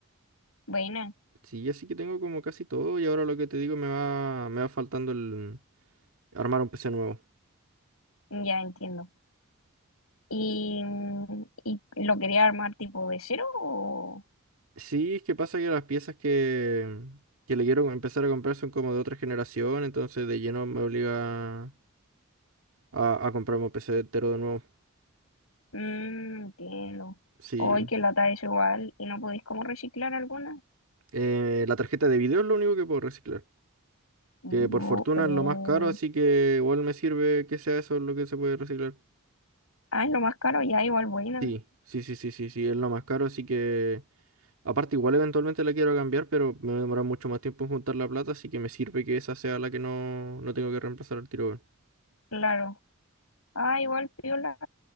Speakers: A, on the left; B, on the right.
A: buena,
B: Sí, así que tengo como casi todo y ahora lo que te digo me va, me va faltando el armar un PC nuevo.
A: ya entiendo. ¿Y, y lo quería armar tipo de cero o...?
B: Sí, es que pasa que las piezas que, que le quiero empezar a comprar son como de otra generación, entonces de lleno me obliga a, a comprarme un PC entero de nuevo.
A: Mm, entiendo.
B: Sí.
A: Hoy que lata es igual y no podéis como reciclar alguna.
B: Eh, la tarjeta de video es lo único que puedo reciclar.
A: Bu-
B: Que por fortuna
A: uh.
B: es lo más caro, así que igual me sirve que sea eso lo que se puede reciclar.
A: Ay, lo más caro ya, igual buena.
B: Sí, sí, sí, sí, sí, sí, es lo más caro, así que... Aparte, igual eventualmente la quiero cambiar, pero me va a demorar mucho más tiempo en juntar la plata, así que me sirve que esa sea la que no, no tengo que reemplazar al tiro. weón.
A: Claro. Ah, igual piola.